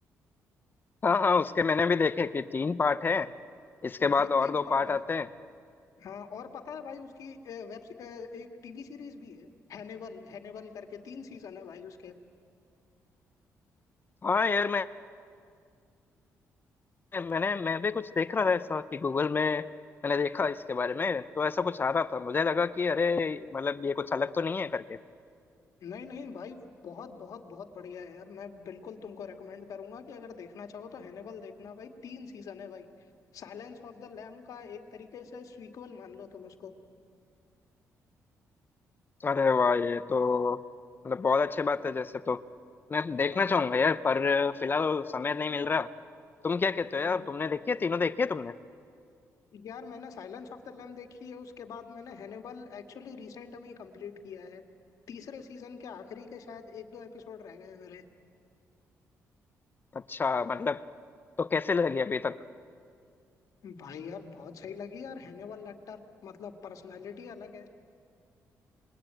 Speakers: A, on the left; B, on the left.
A: हाँ हाँ उसके मैंने भी देखे कि तीन पार्ट हैं इसके
B: भाई
A: बाद और
B: तीन
A: दो
B: पार्ट
A: पार्ट
B: है
A: आते हैं
B: हाँ और पता है भाई उसकी वेब एक टीवी सीरीज भी है हैनिवल हैनिवल करके तीन सीजन है भाई उसके
A: हाँ यार मैं मैंने मैं भी कुछ देख रहा था ऐसा कि गूगल में मैंने देखा इसके बारे में तो ऐसा कुछ आ रहा था मुझे लगा कि अरे मतलब ये कुछ अलग तो नहीं है करके
B: नहीं नहीं भाई बहुत बहुत बहुत बढ़िया है यार मैं बिल्कुल तुमको रेकमेंड करूंगा कि अगर देखना चाहो तो हैनिबल देखना भाई तीन सीजन है भाई साइलेंस ऑफ द लैम का एक तरीके से सीक्वल मान लो तुम उसको
A: अरे वाह ये तो मतलब बहुत अच्छी बात है जैसे तो मैं देखना चाहूंगा यार पर फिलहाल समय नहीं मिल रहा तुम क्या कहते
B: हम्म।
A: हो यार तुमने देखी है तीनों देखी है तुमने
B: यार मैंने साइलेंस ऑफ द लैम देखी है उसके बाद मैंने हैनिबल एक्चुअली रिसेंट में ही कंप्लीट किया है तीसरे सीजन के आखिरी के शायद एक दो एपिसोड रह गए हैं मेरे
A: अच्छा मतलब तो कैसे लगी अभी तक
B: भाई यार बहुत सही लगी यार हैनिबल लेक्टर मतलब पर्सनालिटी अलग